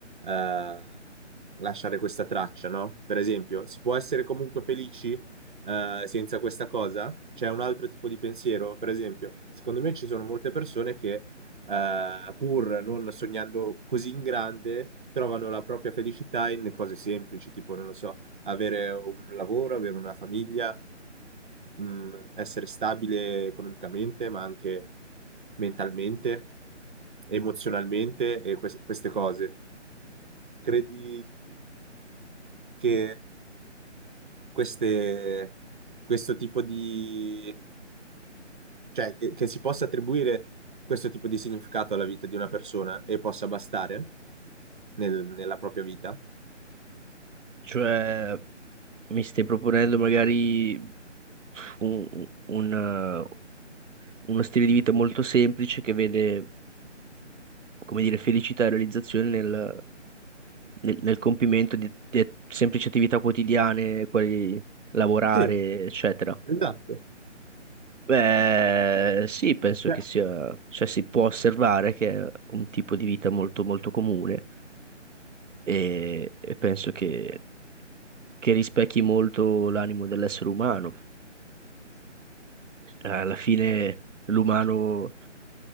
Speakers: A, on the right (about 45°); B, on the right (about 80°).
A: eh, lasciare questa traccia, no? Per esempio, si può essere comunque felici eh, senza questa cosa? C'è un altro tipo di pensiero? Per esempio, secondo me ci sono molte persone che eh, pur non sognando così in grande, trovano la propria felicità in cose semplici, tipo, non lo so, avere un lavoro, avere una famiglia, mh, essere stabile economicamente, ma anche mentalmente, emozionalmente e queste queste cose. Credi che queste- questo tipo di cioè, che, che si possa attribuire questo tipo di significato alla vita di una persona e possa bastare nel- nella propria vita?
B: Cioè, mi stai proponendo magari un- un, eh, uno stile di vita molto semplice che vede, come dire, felicità e realizzazione nel, nel- nel compimento di, di semplici attività quotidiane, quali lavorare,
A: Sì,
B: eccetera.
A: esatto.
B: Beh, sì, penso
A: Cioè,
B: che sia, cioè si può osservare che è un tipo di vita molto molto comune e, e penso che, che rispecchi molto l'animo dell'essere umano. Alla fine l'umano,